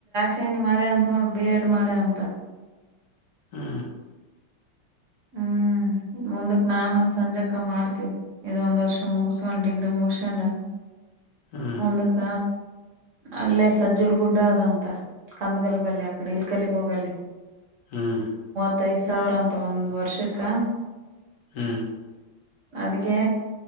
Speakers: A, on the right; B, on the left.
A: ಯೇನ್ ಮಾಡ್ಯಾ ಅಂತ ನೋಡ ಬೇ ಎಡ್ ಮಾಡ್ಯ ಅಂತ.
B: ಹ್ಮ
A: ಹ್ಮ್ ಹ ಮುಂದಕ್ ನಾನು ಸಂಜಕ ಮಾಡ್ತನಿ ಇದೊಂದ್ ವರ್ಷ ಮುಗಸ್ಕೊಂಡ್ ಡಿಗ್ರಿ ಮುಗಸಕೊಂಡ.
B: ಹ್ಮ್
A: ಮುಂದಕ್ಕ ಅಲ್ಲೇ ಸಜ್ಜಲ್ ಗುಡ್ಡ ಅದಂತ. ಕಂದಕಲ್ಬಲ್ಲಿ ಅಕ್ಕಡೆ ಇಲಕಲ್ಲಿ ಹೋಗಲಿ.
B: ಹ್ಮ
A: ಇಪತ್ತೈದ ಸಾವಿರ ಅಂತ ಒಂದ ವರ್ಷಕ್ಕ.
B: ಹ್ಮ್
A: ಅದಕ್ಕೆ